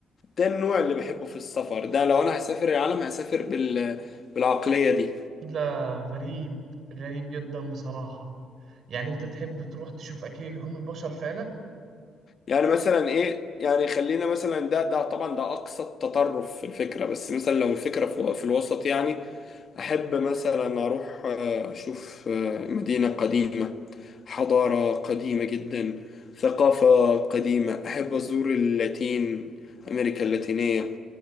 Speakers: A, on the left; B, on the right.
A: ده النوع اللي بحبه في السفر ده لو انا هسافر العالم هسافر بال بالعقلية دي
B: لا غريب غريب جدا بصراحة يعني انت تحب تروح تشوف اكل لحوم البشر فعلا
A: يعني مثلا ايه يعني خلينا مثلا ده ده طبعا ده اقصى التطرف في الفكرة بس مثلا لو الفكرة في في الوسط يعني احب مثلا اروح آه، اشوف آه، مدينة قديمة حضارة قديمة جدا ثقافة قديمة احب ازور اللاتين امريكا اللاتينية